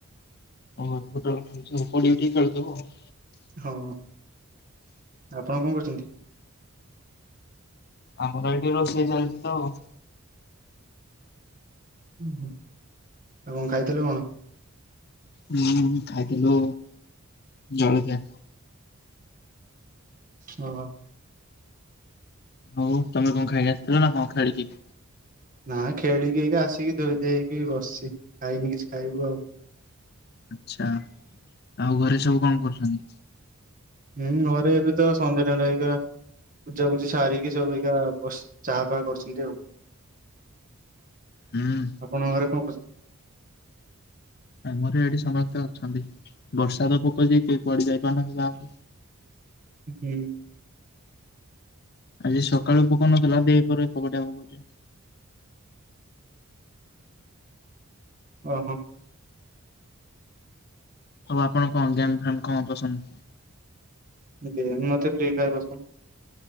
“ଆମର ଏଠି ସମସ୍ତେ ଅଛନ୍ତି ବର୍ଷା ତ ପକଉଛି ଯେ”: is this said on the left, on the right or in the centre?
Left